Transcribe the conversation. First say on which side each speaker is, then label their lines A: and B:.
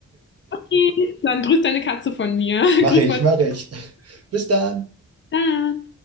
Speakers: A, on the left; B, on the right.
A: Okay, Dann grüß deine Katze von mir. <laughs>
B: Mache
A: grüß
B: ich,
A: mal.
B: mache ich. Bis dann.
A: Dann.